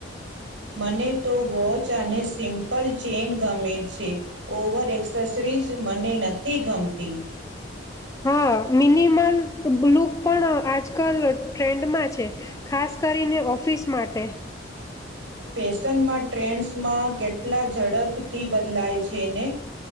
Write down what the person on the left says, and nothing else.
હા મિનિમલ લુક પણ આજકાલ ટ્રેન્ડમાં છે ખાસ કરીને ઓફિસ માટે.